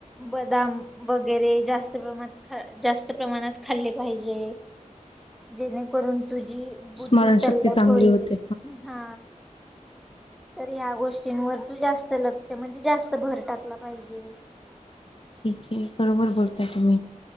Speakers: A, in the centre; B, on the left.
A: बदाम वगैरे जास्त प्रमाणात जास्त प्रमाणात खाल्ले पाहिजे. जेणेकरून तुझी बुद्धी
B: स्मरणशक्ती
A: तल्लक
B: चांगली
A: होईल.
B: होते
A: हा तर या गोष्टींवर तू जास्त लक्ष म्हणजे जास्त भर टाकला पाहिजे.
B: ठीक आहे. बरोबर बोलताय तुम्ही.